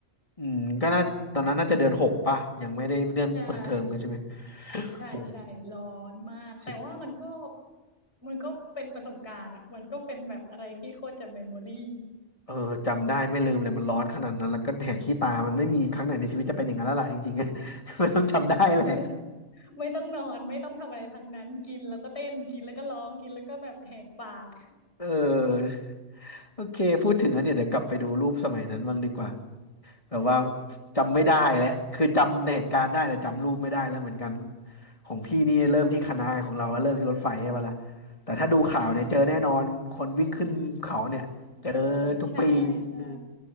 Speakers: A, on the left; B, on the left.
A: อืมก็น่าตอนนั้นน่าจะเดือนหกป่ะยังไม่ได้เดือนเปิดเทอมกันใช่ไหม
B: ใช่ใช่ใช่ร้อนมากแต่ว่ามันก็
A: โหสุด
B: มันก็เป็นประสบการณ์อะมันก็เป็นแบบอะไรที่โคตรจะเมมโมรี่ <laughs>
A: เออจำได้ไม่ลืมเลยมันร้อนขนาดนั้นแล้วก็แหกขี้ตามันไม่มีครั้งไหนในชีวิตจะเป็นอย่างนั้นแล้วล่ะจริงๆอะ <laughs> มันต้องจำได้แหละ
B: ไม่ต้องไม่ต้องนอนไม่ต้องทำอะไรทั้งนั้นกินแล้วก็เต้นกินแล้วก็ร้องกินแล้วก็แบบแหกปาก
A: เออโอเคพูดถึงแล้วเนี่ยเดี๋ยวกลับไปดูรูปสมัยนั้นบ้างดีกว่าแบบว่าจำไม่ได้แหละคือจำเหตุการณ์ได้แต่จำรูปไม่ได้แล้วเหมือนกันของพี่นี่เริ่มที่คณะนาของเราเริ่มที่รถไฟใช่ปะล่ะแต่ถ้าดูข่าวเนี่ยเจอแน่นอนคนวิ่งขึ้นเขาเนี่ยเจอ
B: <laughs> ใช่ดอยใช่ใช่
A: ทุกปีเออ